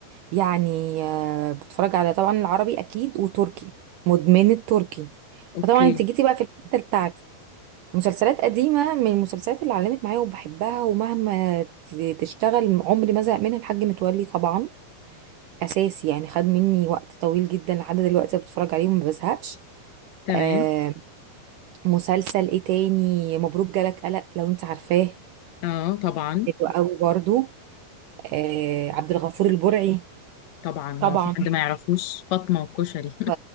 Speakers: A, on the right; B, on the left.
A: يعني آه، بتفرج على طبعا العربي اكيد وتركي مدمنة تركي
B: اوكي
A: فطبعا انت جيتي بقى في الحتة بتاعتي مسلسلات قديمة من المسلسلات اللي علمت معايا وبحبها ومهما ت- تشتغل عمري ما زهق منها الحاج متولي طبعا اساسي يعني خد مني وقت طويل جدا لحد دلوقتي بتفرج عليهم ما بزهقش
B: تمام
A: آه مسلسل ايه تاني مبروك جالك قلق لو انت عارفاه
B: اه طبعا
A: حلو قوي برضو آه عبد الغفور البرعي
B: طبعا
A: طبعا
B: هو في حد ما <laughs> يعرفوش فاطمة والكشري
A: ف...